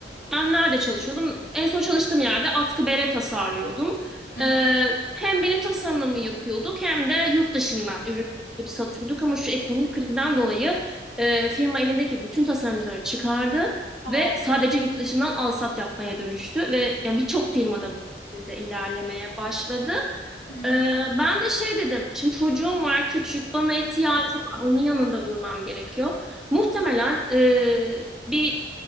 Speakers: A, in the centre; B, on the left.
A: ben nerede çalışıyordum? En son çalıştığım yerde atkı bere tasarlıyordum.
B: Hı
A: Ee,
B: hı.
A: hem benim tasarımımı yapıyorduk hem de yurt dışından ürün getirip satıyorduk. Ama şu ekonomik krizden dolayı e, firma elindeki bütün tasarımcıları çıkardı
B: Aa,
A: ve sadece yurt dışından alsat yapmaya dönüştü ve yani birçok firmada bu şekilde ilerlemeye başladı.
B: hı hı.
A: Ee, ben de şey dedim. Şimdi çocuğum var küçük bana ihtiyacı var. Onun yanında durmam gerekiyor. Muhtemelen e, bir